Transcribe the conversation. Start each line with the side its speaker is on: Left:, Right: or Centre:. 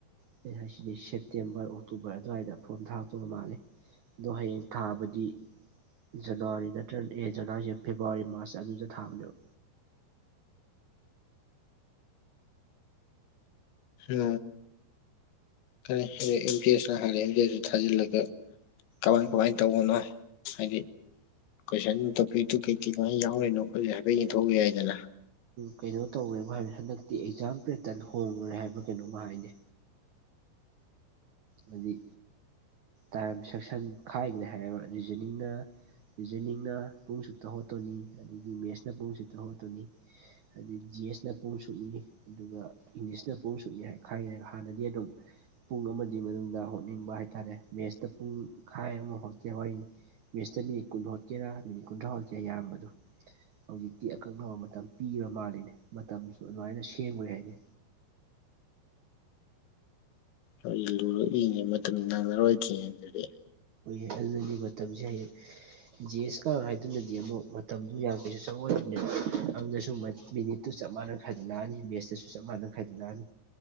Right: ꯀ ꯍꯥꯏꯁꯤꯅꯦ ꯁꯦꯞꯇꯦꯝꯕꯔ ꯑꯣꯛꯇꯣꯕꯔ ꯑꯗꯨꯋꯥꯏꯗ ꯐꯣꯝ ꯊꯥꯔꯛꯇꯣꯕ ꯃꯥꯂꯦ ꯑꯗꯣ ꯍꯌꯦꯡ ꯊꯥꯕꯗꯤ ꯖꯅꯋꯥꯔꯤ ꯅꯠꯇ꯭ꯔꯗꯤ ꯑꯦ ꯖꯅꯋꯥꯔꯤꯍꯥꯏꯖꯦ ꯐꯦꯕꯋꯥꯔꯤ ꯃꯥꯁ ꯑꯗꯨꯗ ꯊꯥꯕꯅꯦꯕ꯫
Left: ꯎ ꯑꯦꯝ ꯄꯤ ꯑꯦꯁꯅ ꯍꯥꯏꯔꯦ ꯑꯦꯝ ꯄꯤ ꯑꯦꯁꯁꯨ ꯊꯥꯖꯤꯜꯂꯒ <inaudible> ꯀꯃꯥꯏ
Right: ꯎꯝ
Left: ꯀꯃꯥꯏꯅ ꯇꯧꯕꯅꯣ ꯍꯥꯏꯗꯤ ꯀꯣꯏꯁꯟ ꯇꯣꯄꯤꯛꯇꯨ ꯀꯩ ꯀꯩꯃꯥꯏ ꯌꯥꯎꯔꯔꯤꯅꯣ ꯍꯥꯏꯐꯦꯠ ꯌꯦꯡꯊꯣꯛꯎ ꯌꯥꯏꯗꯅ
Right: ꯀꯩꯅꯣ ꯇꯧꯒ꯭ꯔꯦꯕꯨ ꯍꯥꯏꯕꯅꯦ ꯍꯟꯗꯛꯇꯤ ꯑꯦꯛꯖꯥꯝ ꯄꯦꯇ꯭ꯔꯟ ꯍꯣꯡꯉꯨꯔꯦ ꯍꯥꯏꯕ ꯀꯩꯅꯣꯝꯃ ꯍꯥꯏꯅꯦ꯫ ꯍꯥꯏꯗꯤ ꯇꯥꯏꯝ ꯁꯦꯛꯁꯟ ꯈꯥꯏꯒꯅꯤ ꯍꯥꯏꯕ ꯔꯤꯖꯅꯤꯡꯅ ꯔꯤꯖꯅꯤꯡꯅ ꯄꯨꯡ ꯁꯨꯛꯇ ꯍꯣꯇꯣꯅꯤ ꯑꯗꯩꯗꯤ ꯃꯦꯠꯁꯅ ꯄꯨꯡ ꯁꯨꯛꯇ ꯍꯣꯇꯣꯅꯤ꯫ ꯑꯗꯨꯗꯤ ꯖꯤ ꯑꯦꯁꯅ ꯄꯨꯡ ꯁꯨꯅꯤ ꯑꯗꯨꯒ ꯏꯪꯂꯤꯁꯅ ꯄꯨꯡ ꯁꯨꯛꯅꯤ ꯍꯥꯏ ꯈꯥꯏꯒꯦ ꯍꯥꯟꯅꯗꯤ ꯑꯗꯨꯝ ꯄꯨꯡ ꯑꯃ ꯑꯗꯨꯏ ꯃꯅꯨꯡꯗ ꯍꯣꯠꯅꯤꯡꯕ ꯍꯥꯏꯇꯥꯔꯦ ꯃꯦꯁꯇ ꯄꯨꯡꯈꯥꯏ ꯑꯃꯥ ꯍꯣꯠꯀꯦ ꯋꯥꯏꯅꯤ꯫ ꯃꯦꯁꯇ ꯃꯤꯅꯤꯠ ꯀꯨꯟ ꯍꯣꯠꯀꯦꯔ ꯃꯤꯅꯤꯠ ꯀꯨꯟꯊ꯭ꯔꯥ ꯍꯣꯠꯀꯦ ꯏꯌꯥꯝꯕꯗꯣ ꯍꯧꯖꯤꯛꯇꯤ ꯑꯀꯛꯅꯕ ꯃꯇꯝ ꯄꯤꯔꯃꯥꯂꯂꯦꯅꯦ ꯃꯇꯝꯁꯨ ꯑꯗꯨꯃꯥꯏꯅ ꯁꯦꯝꯃꯨꯔꯦ ꯍꯥꯏꯅꯦ꯫
Left: ꯑꯣ ꯑꯩ ꯂꯨ ꯏꯉꯦ ꯃꯇꯝ ꯅꯪꯅꯔꯣꯏꯗ꯭ꯔꯤꯉꯩ ꯑꯗꯨꯗꯤ
Right: ꯑꯩꯈꯣꯏꯒꯤ ꯍꯟꯒꯤ ꯃꯇꯝꯁꯦ ꯍꯌꯦ ꯖꯤ ꯑꯦꯁ ꯀꯥ ꯍꯥꯏꯗꯨꯅꯘꯤ ꯑꯃꯨꯛ ꯃꯇꯝꯗꯨ ꯌꯥꯝ ꯀꯩꯁꯨ ꯆꯉꯣꯏ ꯑꯗꯁꯨ ꯃ ꯃꯤꯅꯤꯠ_ _ ꯇꯨ ꯆꯞ ꯃꯥꯟꯅ ꯈꯥꯏꯗꯣꯛꯂꯛꯑꯅꯤ ꯃꯦꯠꯁꯇꯁꯨ ꯆꯞ ꯃꯥꯟꯅ ꯈꯥꯏꯗꯣꯛꯛꯑꯅꯤ